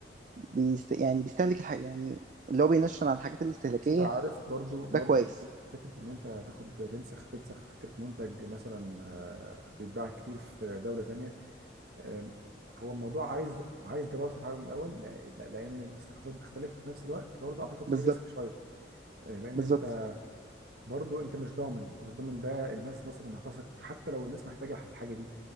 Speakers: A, on the right; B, on the right.
A: بيست يعني بيستهلك الحاجه يعني اللي هو بينشن عن الحاجات الاستهلاكيه
B: بس انت عارف برضو برضو
A: ده كويس
B: فكره فكره ان انت تاخد تنسخ تنسخ فكره منتج مثلا آه، بيتباع كتير في دوله تانيه أم، هو الموضوع عايز عايز دراسه فعلا الاول لا- لا- لان الثقافات بتختلف وفي نفس الوقت برضه اعتقد
A: بالظبط
B: في ريسك شويه أه، لان
A: بالظبط
B: صح انت برضه انت مش ضامن انت مش ضامن ده الناس مثلا هتثق حتى لو الناس محتاجه الحاجه دي